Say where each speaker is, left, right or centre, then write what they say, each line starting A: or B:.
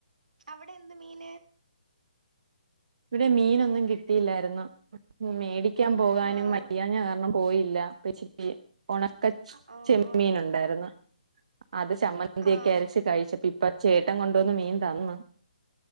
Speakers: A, on the right; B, on the right.
A: അവടെ എന്ത് മീന്
B: ഇവിടെ മീനൊന്നും കിട്ടിയില്ലായിരുന്നു മേടിക്കാൻ പോകാനും
A: ആഹ്
B: വയ്യാന കാരണം പോയില്ലച്ചിക്ക് ഉണക്ക
A: ആ ആ
B: ചെമ്മീൻ ഉണ്ടായിരുന്നു അത് ചമ്മന്തിയൊക്കരച്ച്
A: ആ
B: കഴിച്ചപ്പ ഇപ്പൊ ചേട്ടം കൊണ്ടുവന്ന് മീൻ തന്നു